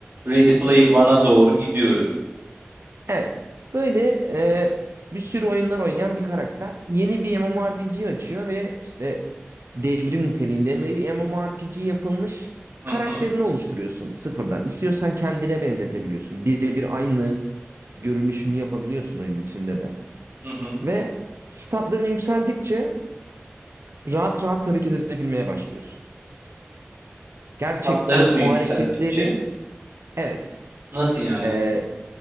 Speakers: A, on the right; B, on the right.
A: Ready Player One'a doğru gidiyoruz.
B: Evet. Böyle e, bir sürü oyunlar oynayan bir karakter. Yeni bir MMORPG açıyor ve işte devrim niteliğinde bir MMORPG yapılmış
A: Hı
B: karakterini
A: hı,
B: oluşturuyorsun sıfırdan. İstiyorsan kendine benzetebiliyorsun. Birebir aynı görünüşünü yapabiliyorsun oyunun içinde de.
A: hı hı.
B: Ve statların yükseldikçe rahat rahat hareket edebilmeye başlıyorsun. Gerçekten
A: Sıfatların mı
B: o
A: yükseldikçe?
B: hareketleri evet
A: Nasıl yani?
B: e,